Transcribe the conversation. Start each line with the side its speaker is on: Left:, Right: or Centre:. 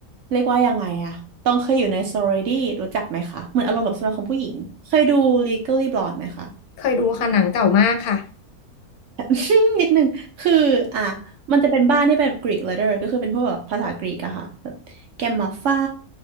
Right: เรียกว่ายังไงอะตองเคยอยู่ใน sorority รู้จักไหมคะเหมือนอารมณ์แบบสมาคมผู้หญิงเคยดู Legally Blonde ไหมคะ
Left: เคยดูค่ะหนังเก่ามากค่ะ
Right: <laughs> นิดนึงคืออ่ะมันจะเป็นบ้านที่เป็น Greek letter ก็คือเป็นพวกแบบภาษากรีกอะค่ะแบบแกมมาไฟ